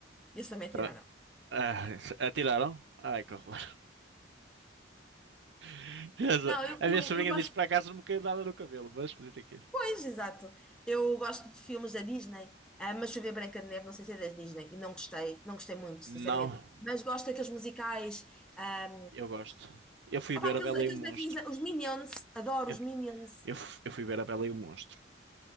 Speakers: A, in the centre; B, on the right.
A: isso sou mentira,
B: Tá?
A: não.
B: Ah, <laughs> atiraram? Ai, que horror. <laughs> Essa-
A: Não, eu,
B: A
A: eu,
B: minha sobrinha
A: eu gosto.
B: disse que para casa não me caiu nada no cabelo, mas podia ter caído.
A: Pois, exato. Eu gosto de filmes da Disney, ah, mas fui ver Branca de Neve, não sei se é da Disney, e não gostei, não gostei muito, sinceramente.
B: Não,
A: Mas gosto daqueles musicais. ah,
B: eu gosto. Eu fui
A: aqueles,
B: ver a Bela
A: aqueles
B: e o Monstro.
A: bonequinhos, os Minions, adoro
B: Eu,
A: os Minions.
B: eu, f- eu fui ver a Bela e o Monstro.